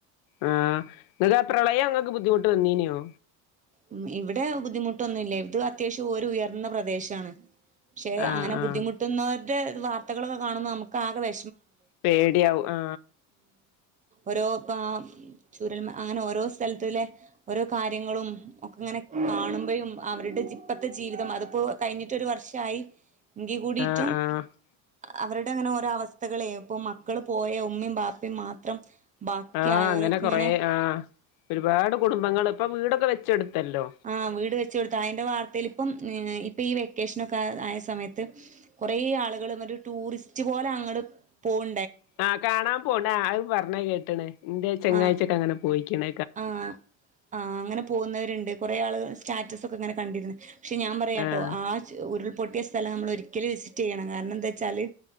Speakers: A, on the left; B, on the right.
A: ആ <unintelligible> പ്രളയം അങ്ങക്ക് ബുദ്ധിമുട്ട് വന്നീനെയോ
B: ഉം ഇവിടെ ബുദ്ധിമുട്ടൊന്നുല്ല ഇത് അത്യാശ്യം ഉയർന്ന പ്രദേശണ് പക്ഷെ
A: ആഹ്
B: അങ്ങനെ
A: ആഹ്
B: ബുദ്ധിമുട്ടുന്നൊ <unintelligible> വാർത്തകളക്കെ കാണുമ്പ നമക്ക് ആകെ വെ
A: പേടിയാവും ആ
B: ഓരോപ്പ ചൂരൽ അങ്ങനെ ഓരോ സ്ഥലത്തിലെ ഓരോ കാര്യങ്ങളും ഒക്കെ ഇങ്ങനെ കാണുമ്പഴും അവരുടെ ഇപ്പത്തെ ജീവിതം അതിപ്പോ കഴിഞ്ഞിട്ടൊരു വർഷായി എങ്കി കൂടിട്ടും
A: ആഹ് ആഹ്
B: അവരുടെ അങ്ങനെ ഓരോ അവസ്ഥകളേ ഇപ്പൊ മക്കള് പോയ ഉമ്മയും ബാപ്പയും മാത്രം ബാക്കി
A: ആ
B: ആയവരൊക്കെ
A: അങ്ങനെ കൊറേ
B: ഇങ്ങനെ
A: ആ ഒരുപാട് കുടുംബ് ങ്ങള് ഇപ്പൊ വീടൊക്കെ വെച്ചൊടുത്തല്ലോ
B: ആഹ് വീട് വെച്ച് കൊടുത്ത അതിന്റെ വാർത്തയിൽ ഇപ്പം ഇപ്പം ഈ വെക്കേഷനൊക്കെ ആ ആയ സമയത്ത് കൊറേ ആളുകള് മറ്റേ ടൂറിസ്റ്റ് പോലെ അങ്ങട് പോൺ
A: ആ കാണാൻ പോൺണ്ട് ആയ് പറഞ്ഞ കേട്ട്ണ് ന്റെ ചങ്ങായിച്ചിയൊക്കെ
B: ആഹ്
A: അങ്ങെനെ പോയി പോയിക്കിണ്
B: ആഹ് ആഹ് അങ്ങനെ പോകുന്നവരുണ്ട് കൊറെ ആള്കള് സ് സ്റ്റാറ്റസ് ഒക്കെ ഇങ്ങനെ കണ്ടിരുന്ന് പക്ഷെ ഞാൻ പറയാ
A: ആഹ്
B: ട്ടോ ആ ച് ഉരുൾ പൊട്ടിയ സ്ഥലം നമ്മൾ ഒരിക്കലും വിസിറ്റ് ചെയ്യണം കാരണം എന്താ ച്ചാല്